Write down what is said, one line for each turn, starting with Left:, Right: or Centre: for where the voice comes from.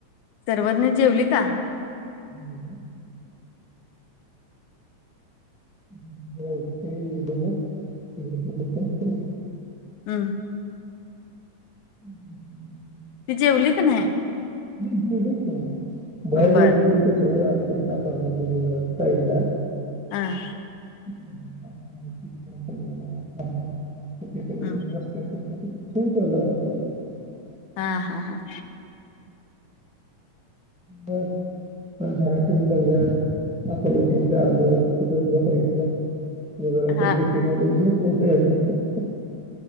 Left: <unintelligible> जेवली का? <unintelligible>
Centre: जरा
Left: <inaudible>
Centre: <unintelligible> एकदमच, हिकडं तिकड करतय.
Left: हम्म!
Centre: <unintelligible> <inaudible>
Left: ती जेवली का नाही?
Centre: गेली की, बाहेर म
Left: बर
Centre: जेऊन कस, आमच्या अपारमेंट मध्ये जरा साइडला
Left: हां
Centre: <unintelligible> <inaudible>
Left: हम्!
Centre: <unintelligible> <inaudible>
Left: हा हा हा.
Centre: बर ह घरात येऊन दंगा, आपल <unintelligible> तिथंच बसायचं. म जरा
Left: हा
Centre: दीपि <unintelligible>